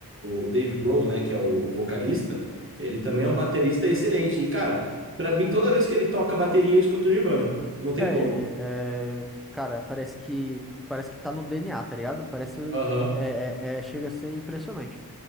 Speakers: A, on the right; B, in the centre.
A: o, o Dave Grohl, né, que é o, o vocalista, ele também é um baterista excelente. E cara, pra mim toda vez que ele toca bateria eu escuto Nirvana. Não tem
B: É,
A: como.
B: ele é. Cara, parece que. Parece que tá no DNA, tá ligado? Parece.
A: Aham.
B: É, é, é- chega a ser impressionante.